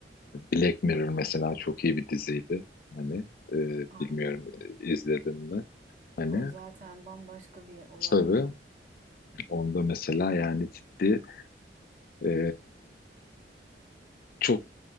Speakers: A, on the left; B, on the right.
A: Black Mirror mesela çok iyi bir diziydi. Hani e,
B: Aynen.
A: bilmiyorum e, izledin mi? Hani
B: O zaten bambaşka bir olay
A: tabii
B: ya.
A: onda mesela yani ciddi e, çok